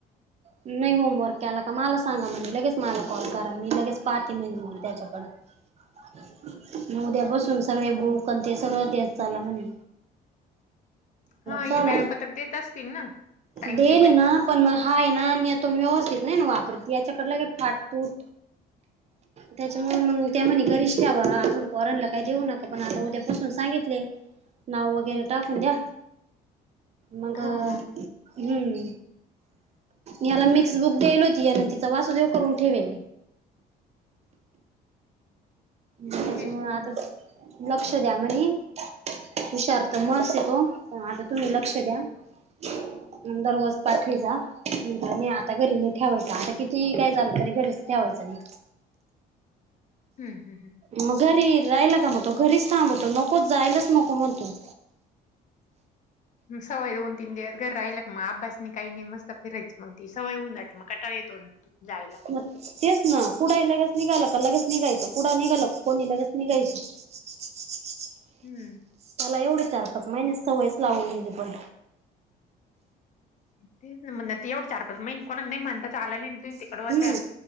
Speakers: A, on the right; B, on the left.
A: नाही होमवर्क केला का मला सांगा म्हणे लगेच मला कॉल करा मी लगेच पाहते म्हणलं मी त्याच्याकडं. <inaudible> म उद्या पासून सगळे बूक अन् ते सगळं देत चला म्हण
B: हा हे
A: चाला
B: वेळापत्रक
A: ना,
B: देत असतील ना टाइम
A: देली
B: टेबल
A: ना पण मग हाई त. ना नेतो व्यवस्थित नाही ना वापरत याच्याकड न लगेच फाट तूट. त्याच्यामुळं मंग त्या म्हणे घरीच ठेवा हा, पोरांन ला काय देऊ नका पण आता उद्या पासून सांगितले नाव वगैरे टाकून द्या. मग,
B: हा हा
A: हम्म. याला मिक्स बुक केलो ती, अन तिचा वासूदेव करून ठेवेल. त्याच्यामुळं
B: तेच ना
A: आताच
B: मग
A: लक्ष द्या म्हणी. हुशार तर मस्त येतो, पण आता तुम्ही लक्ष द्या. हम्म, दरवाज पाठी जा. का नाही आता घरी नाही ठेवायच, आता किती काय झालं तरी घरीच ठेवायचं नाही.
B: हम् हम हम.
A: मग घरी राहिला का मग तो घरीच थांबतो, नकोच जायलाच नको म्हण तो.
B: सवय ऊण तन दे घर रायलक मा अबासनी क काय नाही मस्त त फिरायची मग ती, सवय होऊन जाते मग कंटाळा येतो जायला.
A: मग तेच ना क पुढाही लगेच निघाललं का लगेच निघायचं कुढा निघाल कोणी लगेच निघायचं. <unintelligible>
B: हम्म.
A: मला एवढी चारपच माहिनस सवयच लावून गेली पण
B: ते म्ह ते एवढं चार पा महि कोणा नाही म्हणता चाला नाही. त तिकड
A: हम्म
B: होत्या